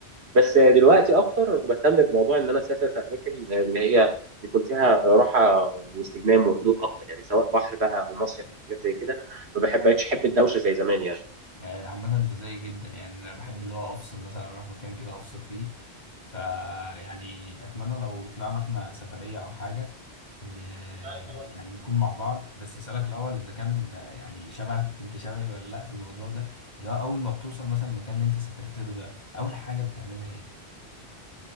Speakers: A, on the right; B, on the left.
A: بس دلوقتي اكتر بهتم بموضوع ان انا اسافر في اماكن اللي هي يكون فيها راحه واستجمام وهدوء اكتر يعني سواء بحر بقى او مصيف او حاجات زي كده ما بحب بقتش احب الدوشه زي زمان
B: يعني عامة انت زي جدا يعني انا بحب اللي هو افصل مثلا اروح مكان كده افصل فيه فا يعني اتمنى لو طلعنا احنا سفرية او حاجة ن... آه،
A: يعني
B: يعني نكون مع بعض بس اسألك الاول اذا كان آه، يعني شبه انت شبهي ولا لا في الموضوع ده اللي هو اول ما بتوصل مثلا المكان اللي انت سافرت له ده اول حاجة بتعملها ايه